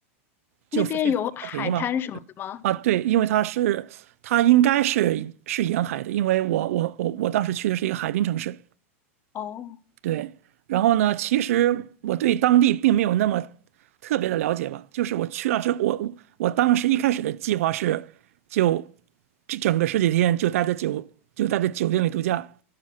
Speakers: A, on the left; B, on the right.
A: 那边有海滩什么的吗？
B: 就非非常便宜嘛。啊，对，因为它是它应该是是沿海的，因为我我我我当时去的是一个海滨城市。
A: 哦，
B: 对，然后呢，其实我对当地并没有那么特别的了解吧，就是我去了之后，我我当时一开始的计划是就这整个十几天就待在酒就待在酒店里度假，